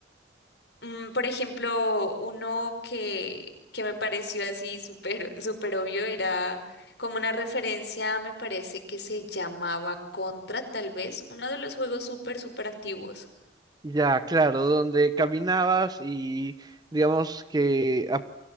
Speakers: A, on the left (about 65°); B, on the right (about 20°).
A: Mm, por ejemplo, uno que, que me pareció así súper, súper obvio era como una referencia, me parece que se llamaba Contra, tal vez, uno de los juegos súper, súper antiguos.
B: Ya, claro, donde caminabas y digamos que ap-